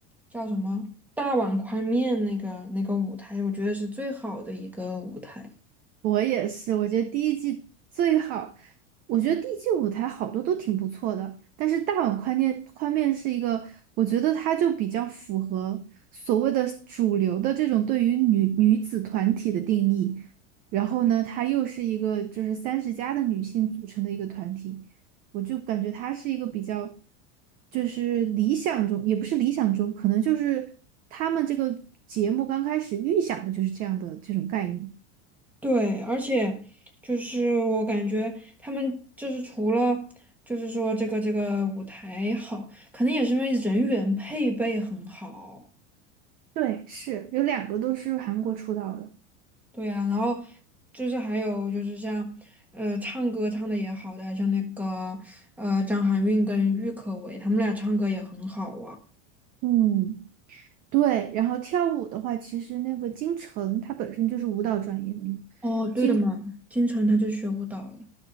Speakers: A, in the centre; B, on the right (about 25°).
A: 叫什么大碗宽面那个那个舞台，我觉得是最好的一个舞台。
B: 我也是，我觉得第一季最好，我觉得第一季舞台好多都挺不错的，但是大碗宽面宽面是一个，我觉得它就比较符合所谓的主流的这种对于女女子团体的定义，然后呢，它又是一个就是三十加的女性组成的一个团体，我就感觉它是一个比较，就是理想中，也不是理想中，可能就是他们这个节目刚开始预想的就是这样的这种概念。
A: 对，而且就是我感觉他们就是除了就是说这个这个舞台好，可能也是因为人员配备很好。
B: 对，是有两个都是韩国出道的。
A: 对呀、然后就是还有就是像呃唱歌唱的也好的，像那个呃张含韵跟郁可唯，他们俩唱歌也很好啊。
B: 嗯，对，然后跳舞的话，其实那个金晨她本身就是舞蹈专业的嘛，
A: 哦，对的嘛，
B: 金
A: 金晨她就学舞蹈了。